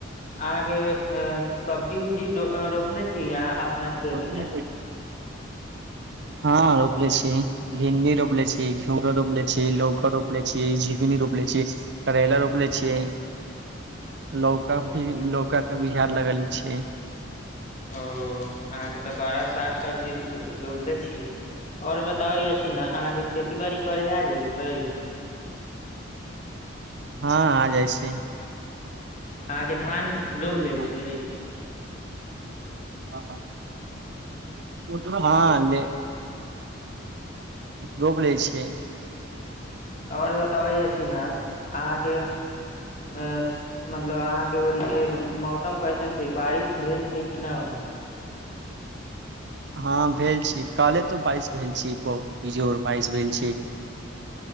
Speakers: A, on the left; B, on the right.
A: अहाँके अ, सब्जी उब्जी डो- अ, रोपले छी अहाँ अपना खेत
B: ठीक
A: मे
B: <unintelligible> <unintelligible> हँ रोपले छीये भिंडी रोपले छीयें घिउरा रोपले छी लौकि रोपले छी झिंगनी रोपले छी करैला रोप रोप्ले छियै लौका भी लौका के बुझार लगल छियै
A: ओ अहाँके तऽ बड़ा साग सब्जी डोबले छी ओर बताबै ने अहाँ के खेती बाड़ी करे आ जाइ छै
B: हँ आ जाइ छै
A: अहाँके धान
B: एनेरे
A: डोब
B: के
A: ले छियै
B: काट हा <unintelligible> रोप लै छियै
A: ओर बताबै अछी ने अहाँके अ मतलब अहाँ के औरि के मौसम कैसन छै बारिश भेल छै कि न ओ
B: हँ भेल छी काले तो बारिश भेल छी बहुत बीजोर बारिश भेल छै